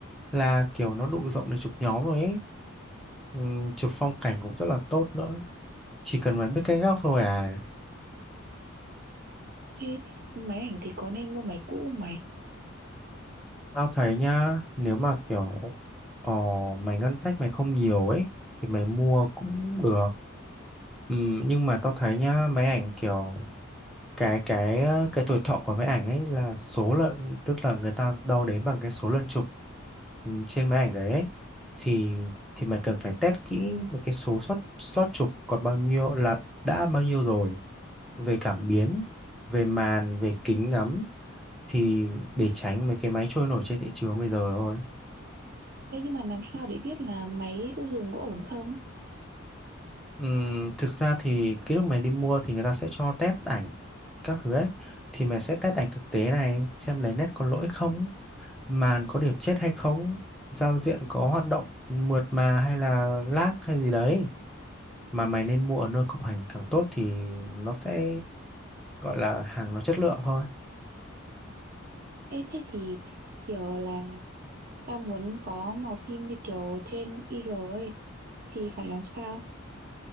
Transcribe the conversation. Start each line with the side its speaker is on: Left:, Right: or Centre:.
Centre: là kiểu nó đủ rộng để chụp nhóm rồi ấy Ừm, chụp phong cảnh cũng rất là tốt nữa chỉ cần mày biết cái góc thôi à
Right: Thế máy ảnh thì có nên mua máy cũ không mày?
Centre: tao thấy nhá nếu mà kiểu ờ, mày ngân sách mày không nhiều ấy thì mày mua cũng được Ừm, nhưng mà tao thấy nhá máy ảnh kiểu cái cái ờ, cái tuổi thọ của máy ảnh ấy là số lần tức là người ta đo đếm bằng cái số lần chụp ừ, trên máy ảnh đấy ấy. thì thì mày cần phải test kỹ về cái số slot slot chụp còn bao nhiêu là đã bao nhiêu rồi về cảm biến về màn về kính ngắm thì để tránh mấy cái máy trôi nổi trên thị trường bây giờ thôi
Right: Thế nhưng mà làm sao để biết là máy cứ dùng có ổn không?
Centre: Ừm, thực ra thì cái lúc mày đi mua thì người ta sẽ cho test ảnh các thứ ấy thì mày sẽ test ảnh thực tế này xem lấy nét có lỗi không màn có điểm chết hay không giao diện có hoạt động mượt mà hay là lag hay gì đấy mà mày nên mua ở nơi cục ảnh càng tốt thì nó sẽ gọi là hàng nó chất lượng thôi
Right: Ê, thế thì kiểu là tao muốn có màu phim như kiểu trên IG ấy thì phải làm sao?